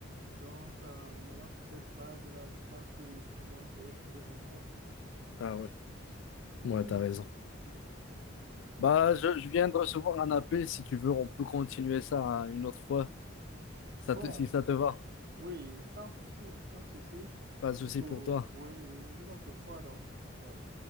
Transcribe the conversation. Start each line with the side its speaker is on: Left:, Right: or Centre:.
Right: Donc, en allant sur cette base-là, je pense que tout le monde pourrait trouver son compte.
Left: Ah ouais,
Right: <clears throat>
Left: ouais, t'as raison.
Right: Mm.
Left: Bah, je, je viens de recevoir un appel. Si tu veux, on peut continuer ça hein, une autre fois, ça
Right: Bon,
Left: te- si ça te va.
Right: oui, sans souci, sans souci.
Left: Pas de souci
Right: Pour-
Left: pour toi.
Right: oui, oui, une autre fois, donc. Ouais,